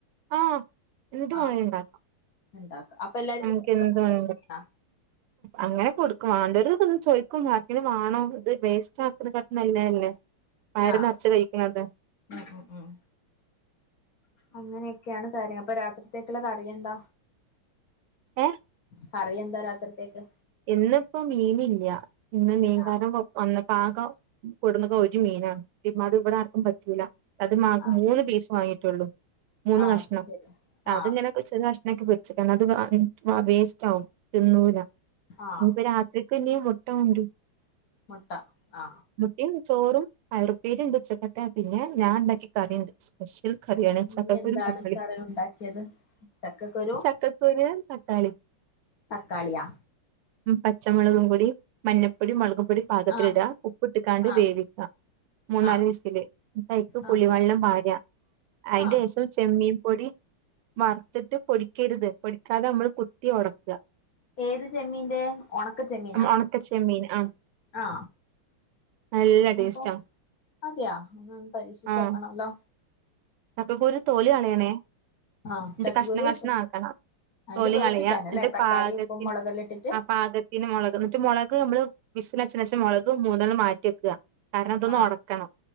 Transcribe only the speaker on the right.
ആഹ് എന്തു മാണേം
ഉണ്ടാക്ക
നമക്ക് എന്ത് മാണേലും
അങ്ങനെ കൊടുക്കും വണ്ടാര് വന്നു ചോയിക്കും ബാക്കി വാണോ ഇത് വേസ്റ്റ് ആക്കുന്നക്കാട്ടിലും നല്ലേല്ലേ വയറ്
നിറച്ച കഴിക്കണുന്നത്
ഏ
ഇന്ന്പ്പോ മീനില്ല ഇന്ന് മീൻകാരം
വ വന്ന് പാക കൊടുന്നത് ഒരു മീനാണ് <unintelligible> മാട് ഇവിടെ ആർക്കും പറ്റൂല അത് മാക്
മൂന്ന് പീസ് വങ്ങിട്ട് റ്റുള്ളു മൂന്ന്
കഷ്ണം
അത്ങ്ങനെകുഷ്
നാഷ് അതൊക്കെ വെച്ച്ക്കണ് അത് അൻ മം വേസ്റ്റ് ആകും തിന്നൂല്ല
ഇനിപ്പോ രാത്രി അപ്പോ ഇനീ മുട്ട കൊണ്ടരും
മുട്ടയും ചോറും പയറുപ്പേരിണ്ട് ഉച്ചക്കത്തെ പിന്നെ ഞാൻ ഉണ്ടാക്കി കറിയുണ്ട് സ്പെഷ്യൽ കറിയാണ്
ചക്കക്കുരും
തക്കാളീം
ചക്കക്കുര് തക്കാളീം
പച്ചമുളകും പൊടി മഞ്ഞപ്പൊടി മുളക് പടി പാകത്തിനിട
ഉപ്പ് ട്ട്ക്കാണ്ട് ക്
വേവിക്കാം മൂന്നാല്
വയസ്സൽപ്പ
പുളിവെള്ളം വാഴ അതിന്റെ
ശേഷം ചെമ്മീ പൊടി വറുത്തിട്ട് പൊടിക്കരുത് പൊടിക്കാതെ നമ്മൾ കുത്തി ഉടക്കുക
ഒണക്ക ചെമ്മീൻ ആ
നല്ല ടേസ്റ്റാ
ആ ചക്കക്കുരു ഒരു തോലി കളയണേ ന്നിട്ട്
കഷ്ണം കഷ്ണം
ആക്കണം
തോലി
കളയാ ന്നിട്ട്
പാകത്തിന്
ആ പാകത്തിന് മുളക് എന്നിട്ട് മുളക് നമ്മള് വിസില് അടിച്ചിന് ശേഷം മുളകും <unintelligible> മാറ്റിവെക്ക കാരണം അതൊന്ന്
ഒടക്കണം